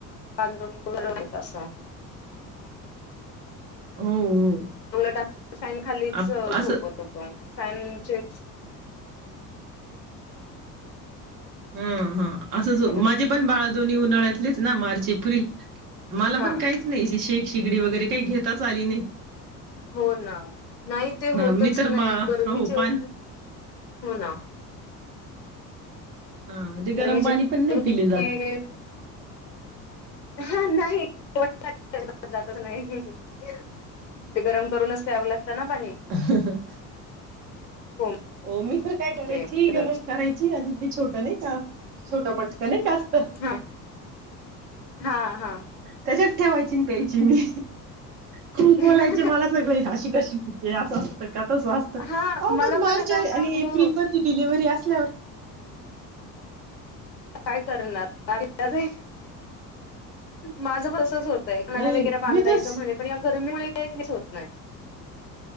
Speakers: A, on the left; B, on the right.
A: बांदून <unintelligible> अस
B: हो हो!
A: म्हणून आता फॅन खालीच
B: आप
A: झोपत
B: असं
A: होतो फॅनचे
B: हूं हा असंच
A: हॅलो
B: माजे पण बाळ दोनी उन्हाळ्यातलेच ना. March, April. मला
A: हा
B: पण काहीच नाई ही शे शेगडी वगैरे काई घेताच आली नय.
A: हो ना नाही ते होतच
B: मी तर
A: नाही
B: मा
A: गरमीचे
B: हो
A: एवढे
B: पान
A: हो ना
B: हा ते गरम
A: गरमीची
B: पाणी पण नाही
A: होती
B: पिले जात.
A: की <unintelligible>
B: हं हं!
A: हो
B: ओ मी तर काय, करायची
A: ते खरंच
B: गरम करायची आणि हे छोटा नाही का? छोटा मटका नाही का अस?
A: हा हा हा
B: त्याच्यात ठेवायची आणि प्यायची मी खूप
A: हा
B: बोलायचे मला सगळे आशी कशी पिते असं असतं का तसं असतं
A: हा
B: ओहो
A: मला
B: पण मार
A: आता
B: आणि एप्रिल
A: हो
B: मधली दिलीव घरी असल्यावर
A: काय करणार आरे आरे माझ बस तसंच होतय कानाला
B: नाही
A: वगैरे बांधायचं
B: मी तस
A: म्हणे पण या गर्मीमुळे <unintelligible> होत नाय.